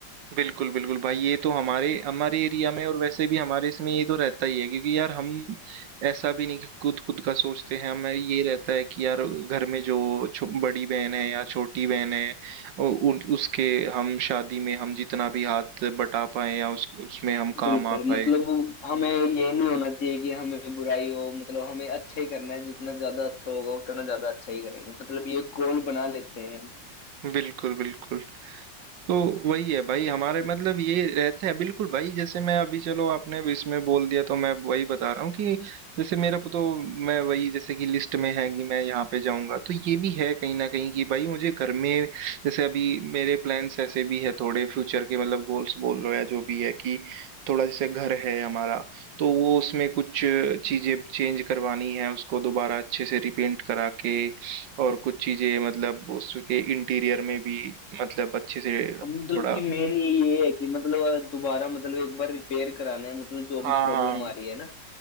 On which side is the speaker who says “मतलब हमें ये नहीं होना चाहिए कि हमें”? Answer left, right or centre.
Left